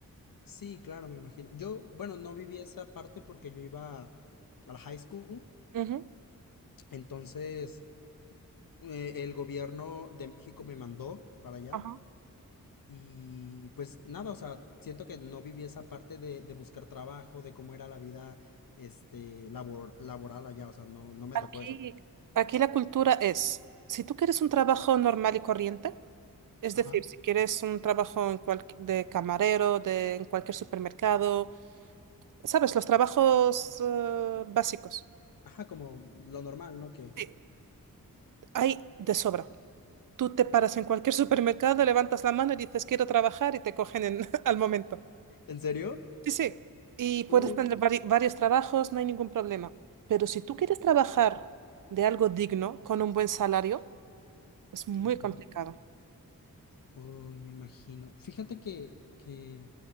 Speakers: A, on the left; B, on the right.
A: Sí, claro, me imagino. Yo, bueno, no viví esa parte porque yo iba a la high school,
B: Ujú.
A: entonces eh, el gobierno de México me mandó para allá.
B: Ajá.
A: Y pues nada, o sea, siento que no viví esa parte de, de buscar trabajo, de cómo era la vida, este, labor, laboral allá, o sea, no, no me
B: Aquí,
A: tocó eso.
B: aquí la cultura es, si tú quieres un trabajo normal y corriente, es
A: Ajá.
B: decir, si quieres un trabajo en cual- de camarero, de, en cualquier supermercado, sabes, los trabajos eh, básicos,
A: Ajá, como lo normal, ¿no? Que,
B: sí, hay de sobra. Tú te paras en cualquier supermercado, levantas la mano y dices quiero trabajar y te cogen en- <laughs> al momento.
A: ¿en serio?
B: Sí, sí. Y puedes
A: Uy.
B: tener vari- varios trabajos, no hay ningún problema. Pero si tú quieres trabajar de algo digno, con un buen salario, es muy
A: Ajá.
B: complicado.
A: Uy, me imagino. Fíjate que, que